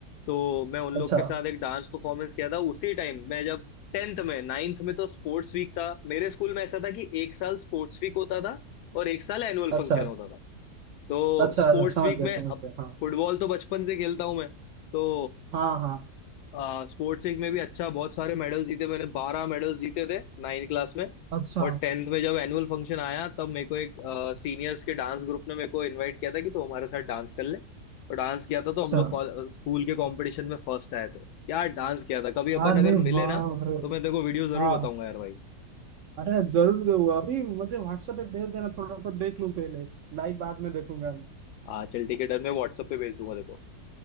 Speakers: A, on the left; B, on the right.
A: तो मैं उन
B: अच्छा
A: लोग के साथ एक डांस परफॉर्मेंस किया था उसी टाइम मैं जब टेंथ में नाइन्थ में तो स्पोर्ट्स वीक था मेरे स्कूल में ऐसा था कि एक साल स्पोर्ट्स वीक होता था और एक साल एनुअल
B: अच्छा
A: फंक्शन होता था तो
B: अच्छा
A: स्पोर्ट्स
B: अच्छा समझ
A: वीक
B: गया
A: में
B: समझ
A: अब
B: गया हाँ
A: फुटबॉल तो बचपन से खेलता हूं मैं तो
B: हाँ हाँ
A: आ, स्पोर्ट्स वीक में भी अच्छा बहुत सारे मेडल जीते मैंने बारह मेडल्स जीते थे नाइन्थ क्लास में
B: अच्छा
A: और टेंथ में जब एनुअल फंक्शन आया तब मेरे को एक सीनियर्स के डांस ग्रुप ने मेरे को इनवाइट किया था कि तू हमारे साथ डांस कर ले और डांस किया था तो
B: अच्छा
A: हम लोग स्कूल के कंपटीशन में फर्स्ट आए थे यार डांस किया था कभी अपन
B: अरे
A: अगर मिले
B: वाह
A: ना
B: रे
A: तो मैं तेरे को वीडियो जरूर
B: हाँ
A: बताऊंगा यार भाई
B: अरे जरूर दूंगा अभी मुझे व्हाट्सएप पे भेज देना थोड़ा सा देख लूं पहले लाइव बाद में देखूंगा
A: हाँ चल ठीक है डन मैं व्हाट्सएप पे भेज दूंगा देखो